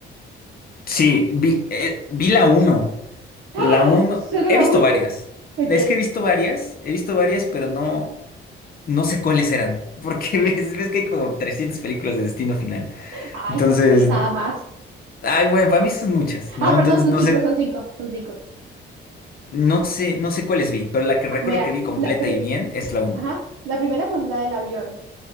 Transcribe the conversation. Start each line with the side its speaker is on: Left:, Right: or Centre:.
Left: Sí, vi, eh, vi la uno,
Right: ¡Ah!
Left: La uno,
Right: ¿Solo
Left: he
Right: la
Left: visto
Right: una?
Left: varias.
Right: Ok.
Left: Es que he visto varias, he visto varias, pero no, no sé cuáles eran. Porque <laughs> ves, ves que hay como 300 películas de Destino Final.
Right: Ay,
Left: Entonces,
Right: son seis nada más.
Left: ay, bueno, para mí son muchas, ¿no?
Right: Ah, perdón,
Left: Entonces,
Right: son
Left: no
Right: cinco,
Left: sé,
Right: son cinco, son cinco.
Left: no sé, no sé cuáles vi, pero la que
Right: Ah,
Left: recuerdo
Right: mira,
Left: que vi completa
Right: la, pri-
Left: y bien es la uno.
Right: Ajá. La primera pues es la del avión.